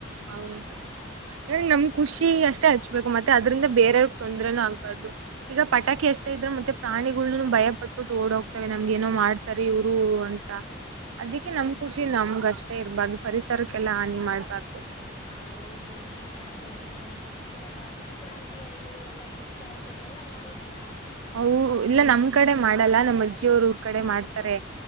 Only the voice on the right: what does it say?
ಹೌದು ಅ್ರ ನಮ್ ಖುಷಿ ಅಷ್ಟೇ ಹಚ್ಬೇಕು ಮತ್ತೆ ಅದ್ರಿಂದ ಬೇರೆಯವ್ರ ತೊಂದ್ರನೂ ಆಗ್ಬಾರ್ದು ಈಗ ಪಟಾಷ್ಟತಾ ಇದ್ರೆ ಮತ್ತೆ ಪ್ರಾಣಿಗಳ್ನನು ಭಯ ಪಟ್ಬಿಟ್ಟು ಓಡ ಹೋಗ್ತವೆ ನಮ್ಗೆ ಏನೋ ಮಾಡ್ತಾರೆ ಇವರು ಅಂತ ಅದಿಕ್ಕೆ
ನಮ್ ಖುಷಿ ನಮ್ಗ ಅಷ್ಟೇ ಇರಬಾರ್ದು ಪರಿಸರಕ್ಕೆಲ್ಲಾ ಹಾನಿ ಮಾಡ್ಬಾರ್ದು
ಹ ಇಲ್ಲ ನಮ್ ಕಡೆ ಮಾಡಲ್ಲ ನಮ್ಮ್ ಅಜ್ಜಿಯ ಅವರು ಊರ್ ಕಡೆ ಮಾಡ್ತಾರೆ